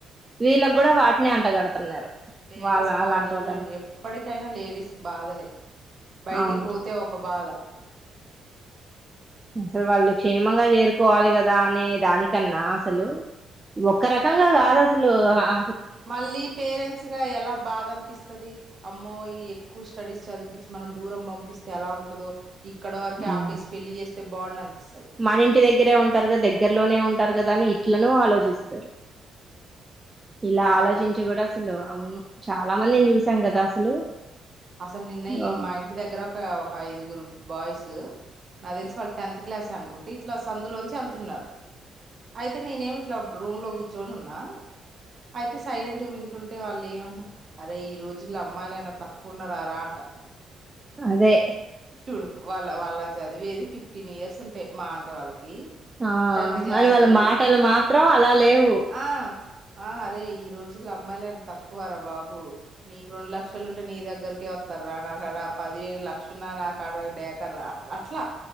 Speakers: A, on the right; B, on the right.
A: వీళ్ళకి కూడా వాటిని అంటగడుతున్నారు
B: లేడీస్
A: వాళ్ళ
B: బాధలు
A: అలాంటోళ్ళని
B: ఎప్పటికైనా లేడీస్కు బాధలే బయటికి
A: అవును
B: పోతే ఒక బాధ
A: అసలు వాళ్ళు క్షేమంగా చేరుకోవాలి కదా అనే దానికన్నా అసలు ఒక్క రకంగా కాదు అసలు ఆ
B: మళ్ళీ పేరెంట్స్ గా ఎలా బాధ అనిపిస్తది అమ్మో ఈ ఎక్కువ స్టడీస్ చదిపి మనం దూరం పంపిస్తే ఎలా ఉంటదో ఇక్కడ వరకే
A: ఉ
B: ఆపేసి పెళ్లి చేస్తే బాగుండు అనిపిస్తది
A: మన ఇంటి దగ్గరే ఉంటారుగా దగ్గరలోనే ఉం అంటారు కదా అని ఇట్లనో ఆలోచిస్తారు
B: అంతే
A: ఇలా ఆలోచించి
B: బాధలు
A: కూడా అసలు అవును చాలా మందినీ చూసాం కదా అసలు
B: అసలు నిన్న ఈ
A: ఆ
B: మా ఇంటి దగ్గర ఒక ఒక ఐదుగురు బాయ్స్ తు నా తెలిసి వాళ్ళు టెన్త్ క్లాస్ అనుకుంటే ఇట్లా సందులోంచి వెళ్తున్నారు అయితే నేనేమి ఇట్లా రూమ్ లో కూర్చొని ఉన్నా అయితే సైలెంట్గా వింటుంటే వాళ్ళు ఏమంటు అరే ఈ రోజుల్లో అమ్మాయిలయినా త కున్నరరా అంట
A: అదే
B: చూడు వాళ్ళ వాళ్ళ చదివేది ఫిఫ్టీన్ ఇయర్స్ ఉంటాయి మా అంటే వాళ్ళకి
A: ఆ
B: టెన్త్ క్లాసు
A: అని వాళ్ళ మాటలు మాత్రం అలా లేవు
B: ఆ ఆ అరే ఈ రోజుల్లో అమ్మాయిలేం తక్కువరా బాబు నీకు రెండు లక్షలుంటే నీ దగ్ దగ్గరికే వత్తార్ర నా కడ పదివేలు లక్షలున్నా నాకు కాడ డేకరూ రా అట్ల అట్లా